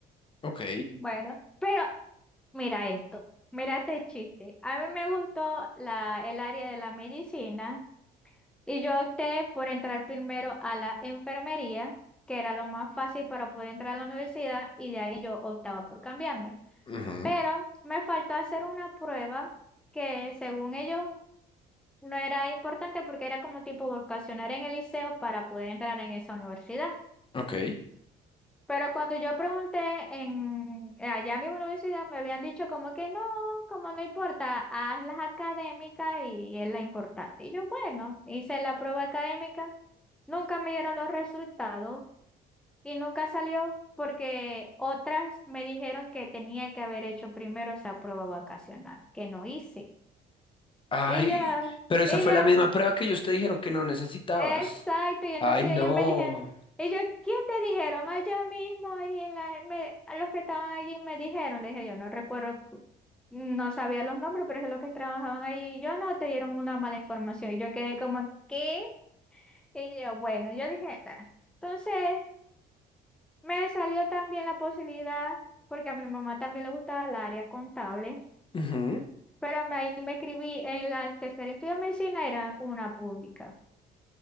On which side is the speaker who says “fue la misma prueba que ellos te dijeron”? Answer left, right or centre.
Left